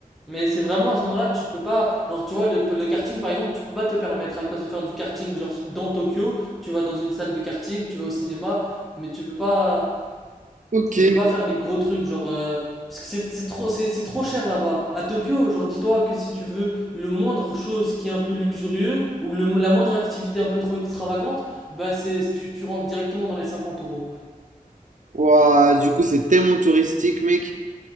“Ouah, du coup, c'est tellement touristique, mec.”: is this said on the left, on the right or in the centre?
Right